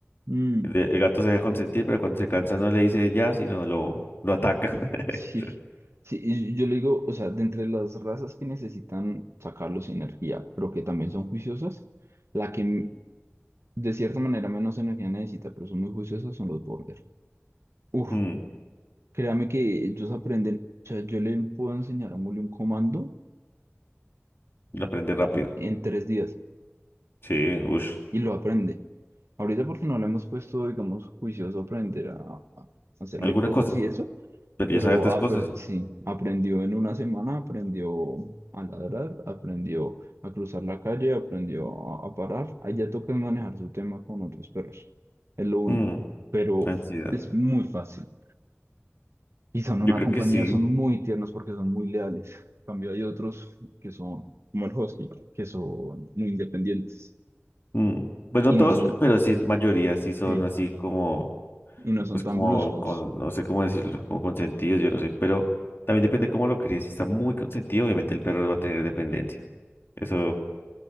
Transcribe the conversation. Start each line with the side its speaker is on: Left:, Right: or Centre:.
Right: Mm,
Left: El, el gato se deja consentir, pero cuando se cansa no le dice ya, sino lo, lo ataca. <laughs>
Right: sí. Sí, y yo le digo, o sea, de entre las razas que necesitan sacarlos energía, pero que también son juiciosas, la que De cierta manera, menos energía necesita, pero son muy juiciosos, son los border. Uf,
Left: Mm,
Right: créame que ellos aprenden, o sea, yo le puedo enseñar a Muli un comando
Left: Lo aprende rápido.
Right: en tres días
Left: Sí, ush,
Right: y lo aprende. Ahorita porque no le hemos puesto, digamos, juicioso a aprender a, a hacerle
Left: alguna
Right: cosas
Left: cosa.
Right: y eso,
Left: Pero
Right: pero
Left: ya sabe hartas
Right: apre-
Left: cosas.
Right: sí, aprendió en una semana, aprendió a ladrar, aprendió a cruzar la calle, aprendió a, a parar. Ahí ya toca manejar su tema con otros perros, es lo único,
Left: Mm,
Right: pero
Left: ansiedad.
Right: es muy fácil. Y son una
Left: Yo creo
Right: compañía,
Left: que sí.
Right: son muy tiernos porque son muy leales. En cambio, hay otros que son, como el Husky, que son muy independientes
Left: Mm. Pues no
Right: y
Left: todos,
Right: no son,
Left: pero sí, mayoría sí son
Right: sí,
Left: así como
Right: y no son
Left: pues
Right: tan
Left: como
Right: bruscos.
Left: con, no sé cómo decirlo, como consentidos, yo no sé, pero también depende cómo lo críes. Si está muy consentido, obviamente el perro va a tener dependencia. Eso,